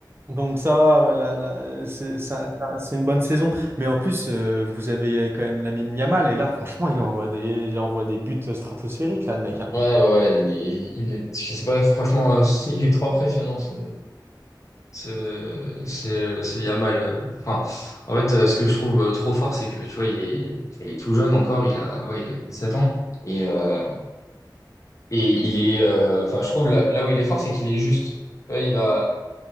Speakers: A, on the right; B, on the left.
A: Donc, ça va, ouais, là là c'est c'est un- c'est un- c'est une bonne saison. Mais en plus, euh, vous avez quand même Lamine Yamal. Et là, franchement, il envoie des, il envoie des buts stratosphériques, là, le mec. hein.
B: Ouais, ouais, il est, il est, je sais pas, franchement, euh, <laughs> il est trop impressionnant, ce, ce, ce, ce Yamal. euh. Enfin, en fait, euh, ce que je trouve euh, trop fort, c'est que, tu vois, il est, il est tout jeune encore, il a, ouais, il a sept ans. Et, euh, et il est, euh, enfin, je trouve là, là où il est fort, c'est qu'il est juste. Tu vois, il va,